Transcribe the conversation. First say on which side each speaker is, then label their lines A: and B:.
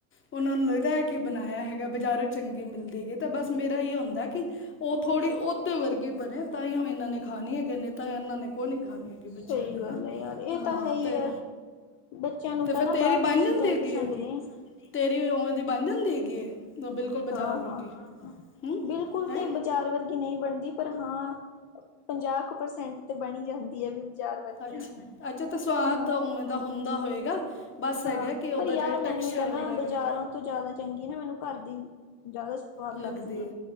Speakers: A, on the left; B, on the left.
A: ਉਹਨਾਂ ਨੂੰ ਲੱਗਦਾ ਹੈ ਕਿ ਬਣਾਇਆ ਹੈਗਾ। ਬਾਜ਼ਾਰੋਂ ਚੰਗੇ ਮਿਲਦਗੇ ਤੇ ਤਾਂ ਬਸ ਮੇਰਾ ਇਹੀਓ ਹੁੰਦਾ ਕਿ ਉਹ ਥੋੜ੍ਹੀ ਉਹਦੇ ਵਰਗੇ ਬਣੇ ਤਾਂਹਿਓ ਇਹਨਾਂ ਨੇ ਖਾਣੀ ਹੈਗੇ ਨੇ ਤਾਂ ਇਹਨਾਂ ਨੇ ਕੋ ਨੀ ਖਾਣੀ ਹੈਗੀ
B: ਸਹੀ
A: ਬੱਚਿਆਂ ਨੇ
B: ਗੱਲ
A: ਨਾ
B: ਹੈ ਯਾਰ ਇਹ
A: ਹਾਂ
B: ਤਾਂ ਹੈ ਹੀ
A: ਤੇ
B: ਹੈ ਬੱਚਿਆਂ ਨੂੰ
A: ਤੇ
B: ਤਾਂ
A: ਫਿਰ
B: ਨਾ
A: ਤੇਰੀ
B: ਬਾਹਰ
A: ਬਣ
B: ਦੀ ਚੀਜ਼ਾਂ
A: ਜਾਂਦੀ
B: ਹੀ
A: ਹੈਗੀ
B: ਪਸੰਦ
A: ਹੈ
B: ਨੇ
A: ਤੇਰੀ ਉਵੇਂ ਦੀ ਬਣ ਜਾਂਦੀ ਹੈਗੀ ਬਿਲਕੁਲ ਬਾਜ਼ਾਰ
B: ਹਾਂ
A: ਵਰਗੀ
B: ਹਾਂ
A: ਹੂੰ
B: ਬਿਲਕੁਲ
A: ਹੈਂ।
B: ਤੇ ਬਾਜ਼ਾਰ ਵਰਗੀ ਨਹੀਂ ਬਣਦੀ ਪਰ ਹਾਂ ਪੰਜਾਹ ਕੁ ਪਰਸੈਂਟ ਤੇ ਬਣੀ ਜਾਂਦੀ ਹੈ ਵੀ ਬਾਜ਼ਾਰ ਵਰਗੀ
A: ਅੱਛਾ ਅੱਛਾ ਤੇ ਸਵਾਦ
B: ਹਾਂ
A: ਉਵੇਂ ਦਾ ਹੁੰਦਾ ਹੋਏਗਾ ਬਸ ਹੈਗਾ
B: ਹਾਂ
A: ਕਿ ਉਹਦਾ
B: ਪਰ ਯਾਰ
A: ਜਿਹੜਾ
B: ਮੈਨੂੰ
A: ਟੈਕਸਚਰ
B: ਤਾਂ ਨਾ
A: ਹੁੰਦਾ ਹੈਗਾ
B: ਬਾਜ਼ਾਰੋਂ
A: ਹੂੰ।
B: ਤੋਂ ਜ਼ਿਆਦਾ ਚੰਗੀ ਨਾ ਮੈਨੂੰ ਘਰ ਦੀ ਜ਼ਿਆਦਾ ਸਵਾਦ
A: ਲੱਗਦੇ
B: ਲੱਗਦੀ ਹੈ